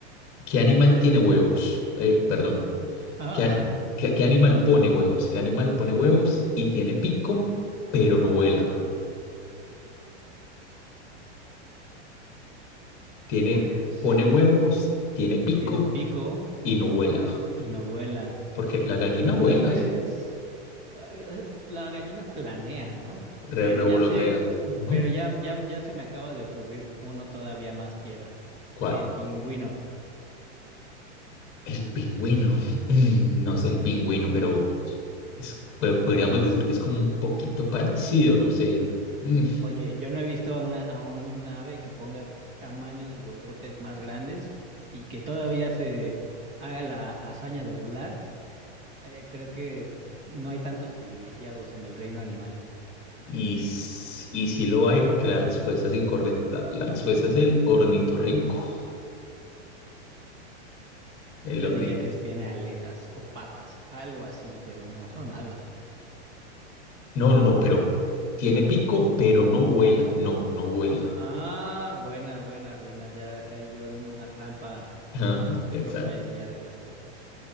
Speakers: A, on the left (about 35°); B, on the right (about 30°).
A: ¿Qué animal tiene huevos? Eh, perdón.
B: Ah,
A: ¿Qué, a- qué, qué animal pone huevos? ¿Qué animal pone huevos y tiene pico pero no vuela?
B: <laughs>
A: Tiene,
B: pues
A: pone huevos, tiene pico
B: tiene un pico
A: y no vuela.
B: y no vuela.
A: Porque la gallina vuela,
B: Tal vez eh, la gallina planea, ¿no?
A: re-
B: Pero
A: revolotea.
B: ya sé,
A: Ujú.
B: pero ya, ya, ya se me acaba de ocurrir uno todavía más piedra,
A: ¿Cuál?
B: el pingüino.
A: El pingüino. <clears throat> No sé el pingüino, pero es- po- podríamos decir que es como un poquito parecido, no sé. Mm,
B: Oye, yo no he visto a una, a un ave que ponga tamaños huevotes más grandes y que todavía se haga la hazaña de volar. Eh, creo que no hay tantos privilegiados en el reino animal.
A: Y, s- y sí lo hay porque la respuesta es incorrecta. La respuesta es el ornitorrinco. El
B: Yo
A: orni-
B: diría que tiene aletas o patas, algo así, pero no son alas.
A: No, no, no, pero tiene pico, pero no vuela. No, no vuela.
B: Ah, buena, buena, buena. Ya caí yo en una trampa,
A: Ajá,
B: mi
A: exacto.
B: propia idea de las cosas.